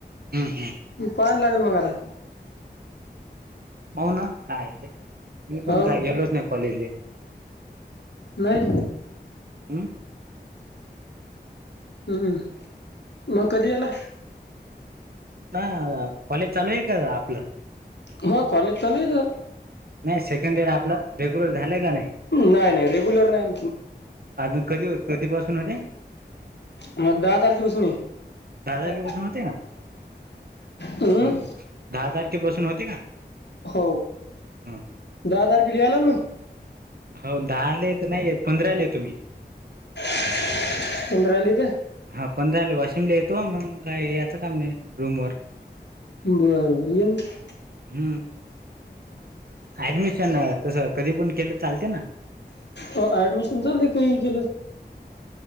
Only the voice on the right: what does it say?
हम्म हम्.
हाव ना, काय आहे ते मी पण
काय गेलोच नाही कॉलेजले,
हम्.
कॉलेज चालू आहे? का आपलं
नाही सेकंड इयर आपल रेग्युलर झालं का नाही?
अजून कधी कधीपासून होते?
दहा तारखेपासून होते
का दहा तारखेपासून होते का?
हं, हं.
हो, दहा लेत नाही येत, पंधरा येतो मी.
हा, पंधरा वाशिमला येतो मग, काय याच काम नाही रूम वर.
हम्म! ऍडमिशन तसं कधी पण केलं चालते ना?